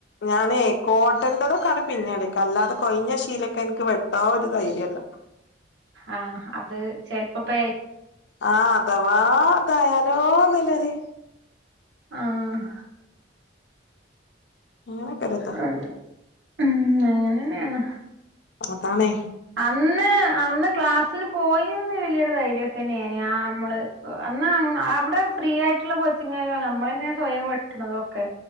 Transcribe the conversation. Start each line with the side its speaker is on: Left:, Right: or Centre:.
Left: ഞാനെ കോട്ടന്റെതൊക്കാണ് പിന്നെടുക്ക അല്ലാതെ കൊഴിഞ്ഞ ശീലൊക്കെ എനിക്ക് വെട്ടാൻ ഒരു ധൈര്യം ഇല്ല
Right: ആഹ് അത് ചിലപ്പോ <unintelligible>
Left: ആഹ് അഥവാ അതായാലോന്നുല്ലര്
Right: ആഹ്
Left: <unintelligible>
Right: <unintelligible> ഉം അങ്ങനെ തന്നെയാണ്
Left: അതാണെ
Right: അന്ന് അന്ന് ക്ലാസിന് <unintelligible> വലിയൊരു ധൈര്യം ഒക്കെ തന്നെയായിനി ആഹ് നമ്മള് അന്ന് അവിടെ ഫ്രീ ആയിട്ടുള്ള കോച്ചിങ്ങ് <unintelligible> നമ്മള് തന്നെ സ്വയം വെട്ടണതൊക്കെ